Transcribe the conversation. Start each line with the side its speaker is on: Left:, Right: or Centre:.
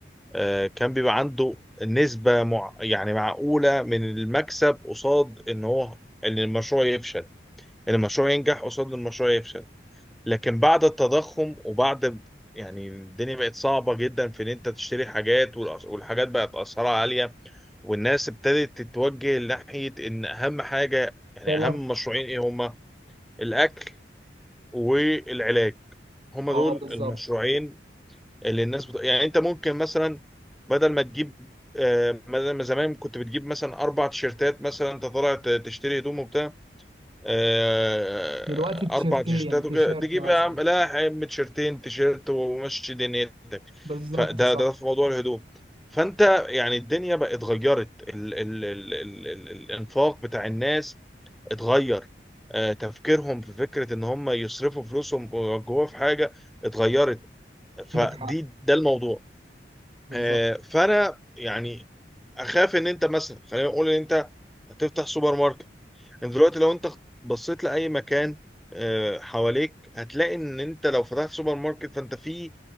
Centre: آه، كان بيبقى عنده نسبه مع يعني معقوله من المكسب قصاد ان هو ان المشروع يفشل ان المشروع ينجح قصاد ان المشروع يفشل لكن بعد التضخم وبعد يعني الدنيا بقت صعبه جدا في ان انت تشتري حاجات والأس- والحاجات بقت اسعارها عاليه والناس ابتدت تتوجه ناحية إن أهم حاجة يعني
Right: دولار
Centre: أهم مشروعين إيه هما الأكل والعلاج هما
Right: اه
Centre: دول
Right: بالظبط
Centre: المشروعين اللي الناس بت... يعني أنت ممكن مثلا بدل ما تجيب آه، بدل ما زمان كنت بتجيب مثلا أربع تيشيرتات مثلا أنت طالع ت- تشتري هدوم وبتاع آه،
Right: دلوقتي تيشيرتين
Centre: اربع تيشيرتات
Right: يعني تيشيرت
Centre: وكده تجيب
Right: مثلا
Centre: يا عم لا يا عم تيشيرتين تيشيرت ومشي دنيتك
Right: بالظبط
Centre: فده
Right: صح
Centre: ده في موضوع الهدوم فانت يعني الدنيا بقت اتغيرت ال ال ال ال ال الانفاق بتاع الناس اتغير آه، تفكيرهم في فكرة ان هم يصرفوا فلوسهم جوه في حاجة اتغيرت فدي
Right: عندك حق
Centre: ده الموضوع
Right: بالظبط
Centre: آه، فانا يعني اخاف ان انت مثلا خلينا نقول ان انت هتفتح سوبر ماركت يعني دلوقتي لو انت بصيت لاي مكان آه، حواليك هتلاقي ان انت لو فتحت سوبر ماركت فانت في